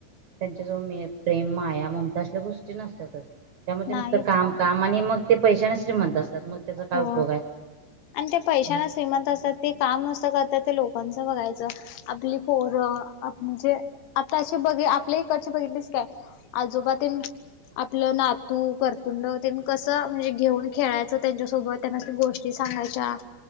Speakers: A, on the right; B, on the left.
A: त्यांच्या जवळ मे प्रेम माया ममता असल्या गोष्टी नसतातच. त्यामुळे नुसतं
B: नाहीच
A: काम काम आणि मग ते पैशा न श्री म्हणत असतात. मग त्याचा काय
B: हो
A: उपयोग आहे.
B: आणि त्या पैशाना श्रीमंत असत. ते काम असं करतात. ते लोकांच बघायचं. आपली पोरं म्हणजे आता अशी बघ आपल्या इकडची बघितलीस काय? आजोबा ते आपलं नातू परतुंड त्यांनी कसं म्हणजे घेऊन खेळायचं त्यांच्या सोबत त्यांना गोष्टी सांगायच्या.